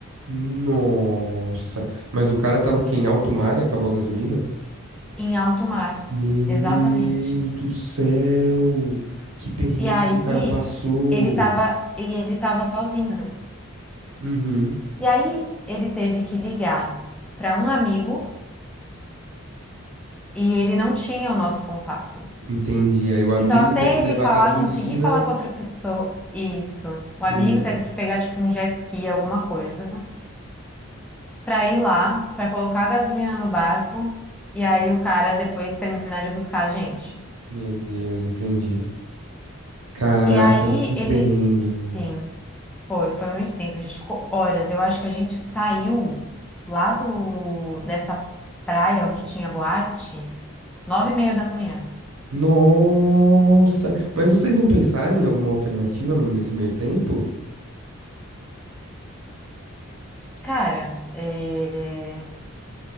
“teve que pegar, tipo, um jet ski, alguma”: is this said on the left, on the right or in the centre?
Centre